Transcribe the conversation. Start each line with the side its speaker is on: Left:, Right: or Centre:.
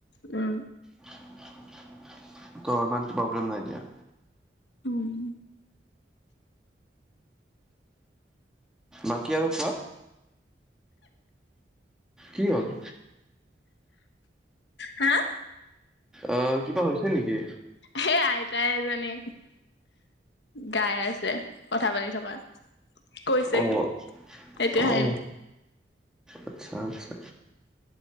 Left: উম।
Centre: ত' ইমান প্ৰব্লেম নাই দিয়া।
Left: উম।
Centre: বাকী আৰু কোৱা? কি হ'ল?
Left: হা?
Centre: অ কিবা হৈছে নেকি?
Left: সেই আইতাই এজনি। গাই আছে কথা পাতি থকা। কৈছে
Centre: অহ
Left: কি এতিয়া
Centre: অহ
Left: হাঁহি উঠিছে।
Centre: আচ্ছা আচ্ছা।